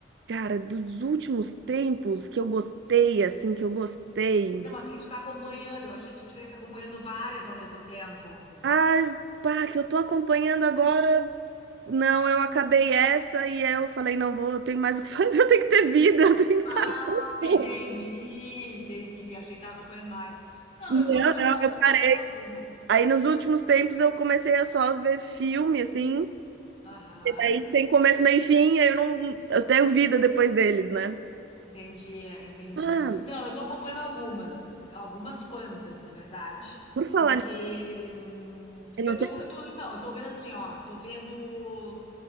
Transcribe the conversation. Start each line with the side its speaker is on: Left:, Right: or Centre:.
Right: Cara, dos últimos tempos que eu gostei, assim, que eu gostei.
Left: Não, mas que tu tá acompanhando. Eu achei que tu estivesse acompanhando várias ao mesmo tempo.
Right: Ai, pá, que eu tô acompanhando agora. Não, eu acabei essa e eu falei, não vou, eu tenho mais o que fazer, <laughs> eu tenho que ter vida, eu tenho
Left: Ah,
Right: que parar. <laughs>
Left: entendi, entendi. Achei que tava acompanhando mais. Não,
Right: Não,
Left: eu tô, eu
Right: não,
Left: tô acompanhando
Right: eu parei.
Left: algumas.
Right: Aí nos últimos tempos eu comecei a só ver filme, assim.
Left: Aham,
Right: E aí tem começo, meio e fim, aí eu não, eu tenho vida depois deles, né?
Left: entendi, entendi.
Right: Ah,
Left: Não, eu tô acompanhando algumas, algumas quantas, na verdade,
Right: por falar
Left: porque
Right: nisso,
Left: hum,
Right: eu
Left: eu
Right: não
Left: tô,
Right: sei.
Left: eu tô, então, eu tô vendo assim, ó, tô vendo